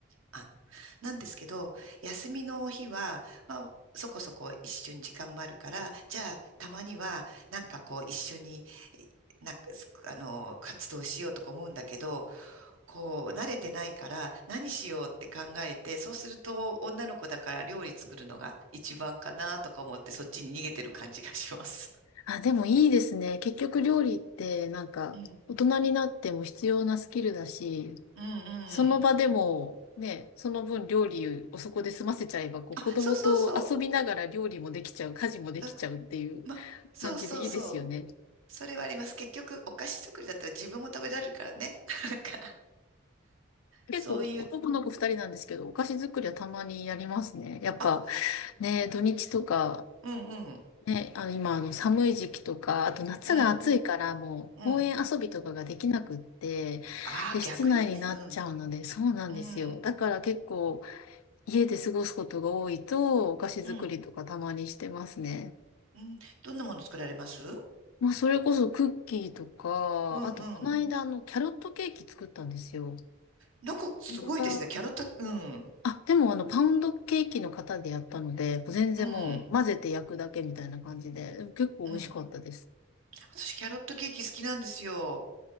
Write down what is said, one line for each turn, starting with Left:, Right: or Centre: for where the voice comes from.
Right: あの、なんですけど、休みの日は、まあ、そこそこ一緒に時間もあるから、じゃあ、たまには、なんかこう、一緒に、えなんか、すあの、活動しようとか思うんだけど、こう、慣れてないから、何しようって考えて、そうすると、女の子だから料理作るのが一番かなとか思って、そっちに逃げてる感じがします。
Left: あ、でもいいですね。結局料理ってなんか大人になっても必要なスキルだし、
Right: うん。うん
Left: その場でも、
Right: うん。
Left: ね、その分料理をそこで済ませちゃえば、こう子供と遊びながら料理もできちゃう、
Right: あ、そうそうそ
Left: 家事もできちゃうっていう
Right: う。うんま、そうそうそう。
Left: 感じでいいですよね。
Right: それはあります。結局、お菓子作りだったら自分も食べられるからね。<laughs> なんか
Left: 結構男の子二人なんですけど、
Right: そういう、
Left: お菓子作りはたまにやりますね。やっぱ
Right: あ、
Left: ね、土日とか、
Right: うんうん、
Left: ね、あの今あの寒い時期とか、あと夏が暑いからもう公園遊びとかができなくって、
Right: うん、うん。ああ、
Left: で、室内になっちゃうので、
Right: 逆にね、うん、
Left: そうなんですよ。
Right: うん、
Left: だから結構家で過ごすことが多いと、お菓子作りとかたまにしてますね。
Right: うん、うん。どんなもの作られます
Left: まあ、それこそクッキーとか、
Right: うん、
Left: あと、この間、
Right: うん。
Left: あの、キャロットケーキ作ったんですよ。
Right: なんかすごいですね。
Left: それが、
Right: キャロット、うん、
Left: あ、でも、あの、パウンドケーキの型でやったので、全然もう、
Right: うん、
Left: 混ぜて焼くだけみたいな感じで、でも結構美味しかったです。
Right: うん。私、キャロットケーキ好きなんですよ。